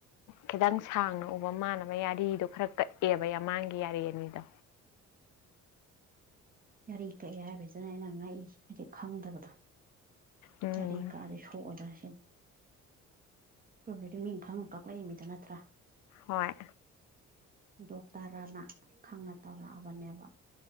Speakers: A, on the left; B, on the right.
A: ꯈꯤꯇꯪ ꯁꯥꯡꯅ ꯎꯕ ꯃꯥꯟꯅꯕ ꯌꯥꯔꯤꯗꯣ ꯈꯔ ꯀꯛꯑꯦꯕ ꯌꯥꯝꯃꯥꯡꯒꯤ ꯌꯥꯔꯤ ꯑꯅꯤꯗꯣ
B: ꯌꯥꯔꯤ ꯀꯛꯑꯦ ꯍꯥꯏꯕꯁꯤꯗꯅꯦ ꯑꯩꯅ ꯉꯛꯏꯖꯦ ꯍꯥꯏꯗꯤ ꯈꯪꯗꯕꯗꯣ
A: ꯎꯝ
B: ꯌꯔꯤ ꯀꯛꯑꯗꯤ ꯁꯣꯛꯑꯣꯏꯗꯔꯥ ꯁꯤꯅꯦ ꯑꯗꯨꯕꯨꯗꯤ ꯃꯤ ꯈꯪꯅ ꯀꯛꯂꯛ ꯏꯃꯤꯗꯅ ꯅꯠꯇ꯭ꯔꯥ
A: ꯍꯣꯏ
B: ꯗꯣꯛꯇꯔꯅ ꯈꯪꯅ ꯇꯧꯔꯛꯑꯕꯅꯦꯕ